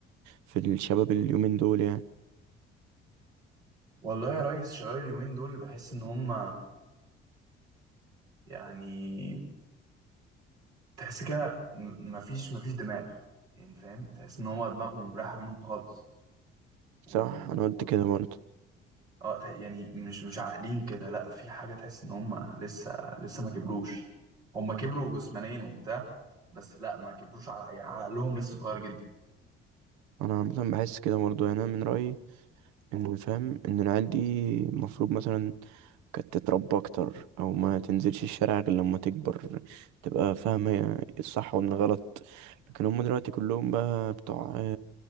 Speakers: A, on the right; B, on the right.
A: في الشباب اليومين دول يعني
B: والله يا ريس شباب اليومين دول بحس ان هم يعني تحس كده م- مفيش مفيش دماغ يعني فاهم تحس ان هم دماغهم رايحه منهم خالص و...
A: صح انا قلت
B: و...
A: كده برضه
B: اه تح- يعني مش مش عاقلين كده لا في حاجه تحس ان هم لسه لسه ما كبروش هم كبروا جسمانيا وبتاع بس لا ما كبروش ع- عقلهم لسه صغير جدا
A: انا عامه بحس كده برضه يعني انا من رأيي ان فاهم ان العيال دي المفروض مثلا كانت تتربى اكتر او ما تنزلش الشارع غير لما تكبر تبقى فاهمة الصح والغلط لكن هم دلوقتي كلهم بقى بتوع